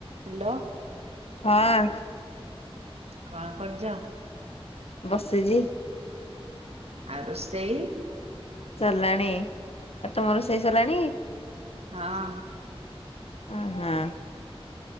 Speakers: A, on the right; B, on the left.
A: Hello.
B: ହଁ।
A: କଣ କରୁଛ?
B: ବସିଛି।
A: ଆଉ ରୋଷେଇ।
B: ସରିଲାଣି ଆଉ ତୁମ ରୋଷେଇ ସରିଲାଣି।
A: ହଁ।
B: ହ ହଁ। <inaudible>